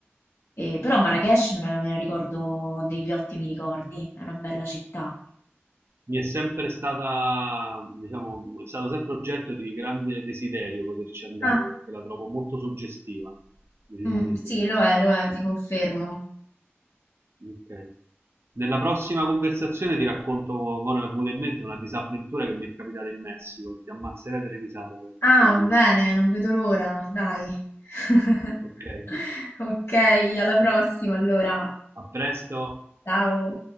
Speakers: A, on the left (about 70°); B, on the right (about 65°).
A: Eh, però Marrakech me la, me la ricordo, ho degli ottimi ricordi, è una bella città.
B: mi è sempre stata, diciamo, è stato sempre oggetto di grande desiderio poterci andare,
A: Ah,
B: perché la trovo molto suggestiva, decisamente
A: mm, sì,
B: suggestiva.
A: lo è, lo è, ti confermo.
B: Ok. Nella prossima conversazione ti racconto, ora mi è venuta in mente una disavventura che mi è capitata in Messico, ti ammazzerete le risate,
A: Ah,
B: te lo dico.
A: bene, non vedo l'ora, dai. <laughs>
B: Ok.
A: Ok, alla prossima allora.
B: <laughs> A presto.
A: Ciao.